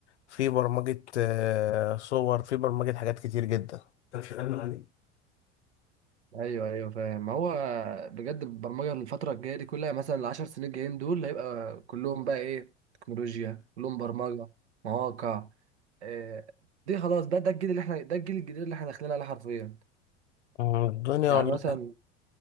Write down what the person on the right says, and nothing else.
ايوه ايوه فاهم ما هو بجد البرمجه الفتره الجايه دي كلها مثلا العشر سنين الجايين دول هيبقى كلهم بقى ايه تكنولوجيا كلهم برمجه مواقع إيه دي خلاص ده ده الجيل اللي احنا ده الجيل الجديد اللي احنا داخلين عليه حرفيا
يعني
مثلا